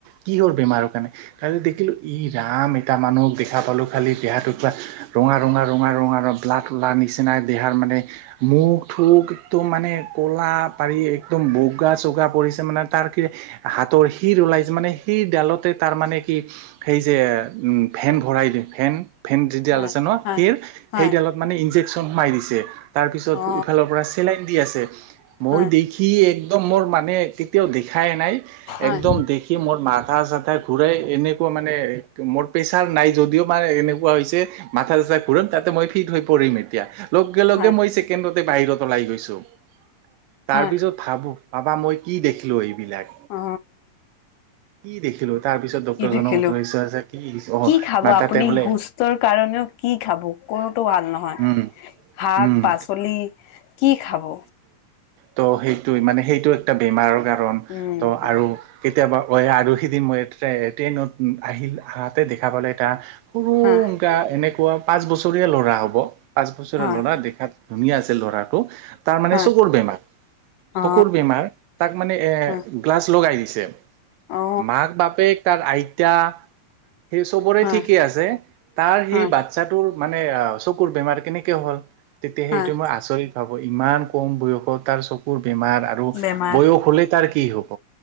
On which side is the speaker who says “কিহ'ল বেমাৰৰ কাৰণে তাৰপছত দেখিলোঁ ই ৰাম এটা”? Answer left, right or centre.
Right